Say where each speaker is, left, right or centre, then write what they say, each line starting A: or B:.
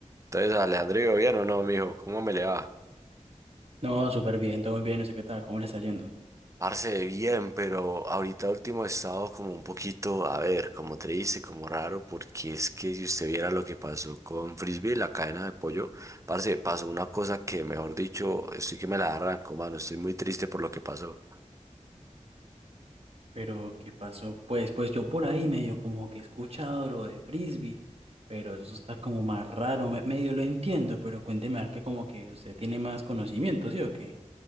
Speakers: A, on the right; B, on the right.
A: Entonces, Alejandro, ¿bien o no, mijo? ¿Cómo me le va?
B: No, súper bien, todo muy bien, no sé qué tal, cómo le está yendo.
A: Parce, bien, pero ahorita último he estado como un poquito, a ver, como te dice, como raro, porque es que si usted viera lo que pasó con Frisbee, la cadena de pollo, parce, pasó una cosa que, mejor dicho, estoy que me la arranco, mano, estoy muy triste por lo que pasó.
B: Pero, ¿qué pasó? Pues, pues yo por ahí medio como que he escuchado lo de frisbee, pero eso está como más raro, me- medio lo entiendo, pero cuénteme a ver que como que usted tiene más conocimiento, ¿sí o qué?